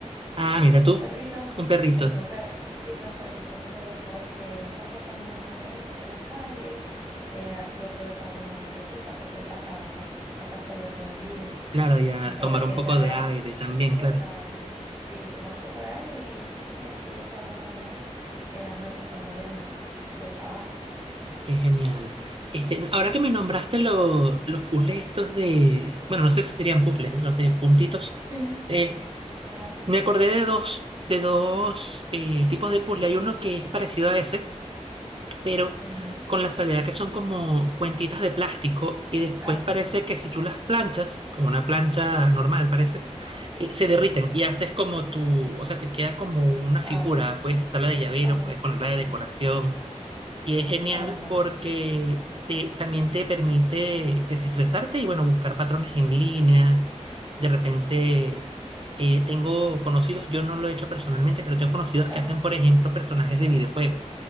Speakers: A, on the right; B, on the right.
A: ah,
B: un-
A: mira
B: tengo
A: tú,
B: un perrito,
A: un perrito,
B: entonces, sí, tengo un perrito, entonces lo que hago es que salgo a caminar con él por las calles, eh, así aprovecho a darle una vueltecita porque él pasa, pues, pasa solo todo el día.
A: claro, y a
B: Y pasa
A: tomar
B: aquí
A: un
B: encerrado.
A: poco de aire también,
B: Exacto.
A: claro,
B: Sí, tomar un poco de aire y, y así eso hago más o menos en las noches cuando vengo del trabajo.
A: qué genial. Este, ahora que me nombraste lo- los puzzles estos de, bueno, no sé si serían puzzles, los de puntitos,
B: <laughs>
A: eh,
B: Ajá.
A: me acordé de dos, de dos eh, tipos de puzzle, hay uno que es parecido a ese, pero
B: Ujú.
A: con la salvedad que son como cuentitas de plástico y después
B: Ah, sí.
A: parece que si tú las planchas, con una plancha normal parece, eh, se derriten y haces como tu, o sea, te queda como una
B: Ah,
A: figura, puedes usarla de llavero,
B: ajá.
A: puedes ponerla de decoración
B: Ah,
A: y es genial
B: ah, no.
A: porque te, también te permite desestresarte y bueno, buscar patrones en línea, de repente... eh, tengo conocidos, yo no lo he hecho personalmente, pero tengo conocidos
B: Ajá.
A: que hacen, por ejemplo, personajes de videojuegos